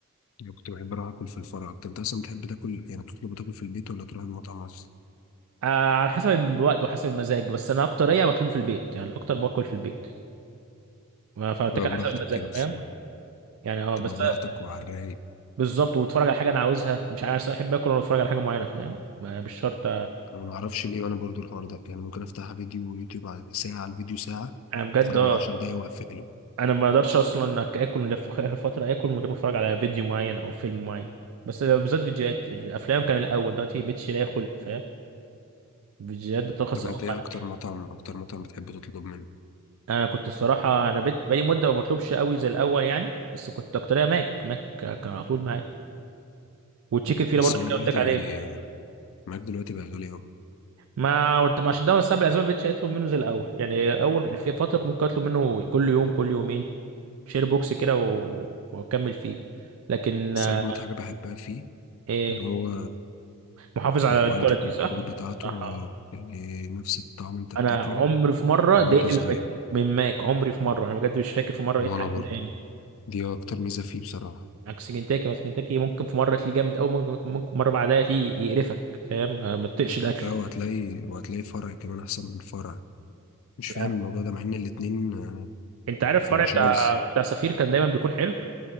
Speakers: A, on the left (about 65°); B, on the right (about 65°).
A: أنا كنت بحب أروح آكل في الفرع أكتر أنت أصلا بتحب تاكل يعني تطلب تاكل في البيت ولا تروح المطعم أصلا؟
B: آه على حسب الوقت وحسب المزاج بس انا اكتريه بطلبه في البيت يعني اكتر باكل في البيت فبتاكل
A: تبقى براحتك
B: حسب المزاج
A: كده الصراحة
B: فاهم يعني اه
A: تبقى
B: بس
A: براحتك وعلى الرايق
B: بالظبط واتفرج على حاجه انا عاوزها مش عارف أصل انا بحب اكل وانا بتفرج على حاجه معينه فاهم ما- مش شرط
A: أنا معرفش ليه وأنا برضو الحوار ده يعني ممكن أفتح فيديو يوتيوب على- ساعة على الفيديو ساعة
B: انا بجد
A: أتفرج
B: اه
A: على عشر دقايق وأقفله
B: انا ما اقدرش اصلا أك- اكل في اخر فتره اكل من غير ما اتفرج على فيديو معين او فيلم معين بس آه، بالذات فيديوهات الافلام كان الاول دلوقتي بقتش لاقي خلق فاهم فيديوهات بترخص
A: طب
B: قوي
A: أنت إيه
B: على الاكل
A: أكتر مطعم أكتر مطعم بتحب تطلب منه؟
B: انا كنت الصراحه انا بقيت بقالي مده ما بطلبش قوي زي الاول يعني بس كنت اكتريه ماك ماك كان على طول معايا والتشيكن فيلا
A: بس
B: برضه
A: هو
B: اللي
A: دلوقتي
B: قلت لك عليه
A: معاك دلوقتي بقى غالي أوي
B: ما قلت- ما عشان ده بس الاسباب ما بقتش اطلب منه زي الاول يعني اول في فتره كنت ممكن اطلب منه كل يوم كل يومين شير بوكس كده و- واكمل فيه لكن
A: بس
B: آه،
A: أجمد حاجة بحبها فيه
B: ايه
A: إن هو
B: محافظ على
A: الكواليتي
B: الكواليتي
A: كنترول
B: صح؟
A: بتاعته
B: صح
A: اه يعني نفس الطعم أنت بتاكله
B: انا عمري في مره
A: من
B: اتضايقت
A: وأنت صغير
B: من ماك من ماك. عمري في مره انا بجد مش فاكر في مره
A: وأنا
B: لقيت حاجه
A: برضه
B: مضايقاني
A: دي أكتر ميزة فيه بصراحة
B: عكس كنتاكي مثلا كنتاكي ممكن في مره تلاقيه جامد قوي ممكن ممكن مره بعدها تلاقيه يقرفك فاهم ما ما تطقش الاكل
A: لا وهتلاقي وهتلاقي فرع كمان احسن من فرع مش
B: يعني
A: فاهم الموضوع ده مع ان الاتنين آه،
B: انت عارف
A: فرانشايز
B: الفرع بتاع بتاع سفير كان دايما بيكون حلو